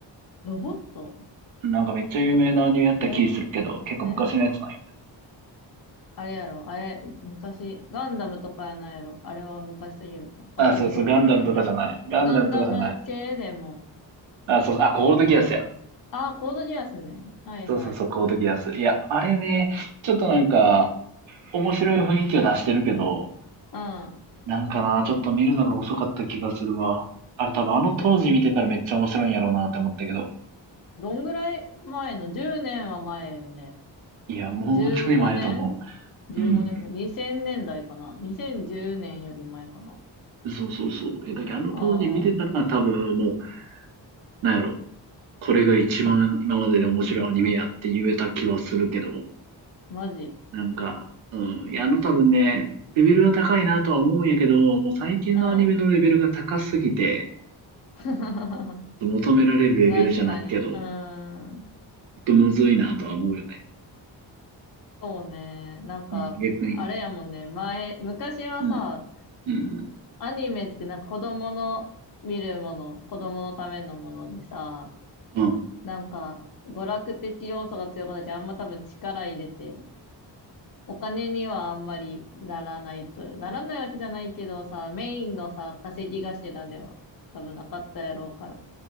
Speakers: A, on the left (about 50°); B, on the right (about 85°).
A: ロボット
B: なんかめっちゃ有名なアニメやった気するけど、
A: え
B: 結構昔のやつなんよ。
A: えあれやろ、あれ、昔、ガンダムとかやないやろ。あれは昔すぎるか。あ、
B: あ、
A: でも今もあるけど。
B: そうそう、ガンダムとかじゃない。ガンダムとかじゃない。
A: ガンダム系でも、
B: あ、そう、あ、コードギアスや。
A: ああ、コードギアスね。はいはい。
B: そうそうそう、コードギアス。いや、あれね、ちょっとなんか、面白い雰囲気を出してるけど、
A: うん。
B: なんかな、ちょっと見るのが遅かった気がするわ。あれ多分あの当時見てたらめっちゃ面白いんやろうなって思ったけど。
A: で、どんぐらい前の ?10 年は前よね。
B: いや、もうちょい前やと思
A: 15年 ?15
B: う。うん。
A: 年ぐらい。2000年代かな。2010年より前かな。
B: そうそうそう。いや、だけどあの当時見てたら多分もう、
A: ああ、
B: なんやろ、これが一番今までで面白いアニメやって言えた気はするけど。
A: マジ。
B: なんか、うん。いや、あの多分ね、レベルは高いなとは思うんやけど、もう最近のアニメのレベルが高すぎて、
A: うん。<laughs>
B: 求められるレベルじゃないけど、
A: 確かに。うーん。
B: ちょっとむずいなとは思うよね。
A: そうね。なんか、
B: うん、逆に。
A: あれやもんね。前、昔はさ、
B: うん、うん、
A: アニメってなんか子供の見るもの、子供のためのものでさ、
B: うん、
A: なんか、娯楽的要素が強くなっちゃあんま多分力入れてお金にはあんまりならないと、ならないわけじゃないけどさ、メインのさ、稼ぎ頭では多分なかったやろうから、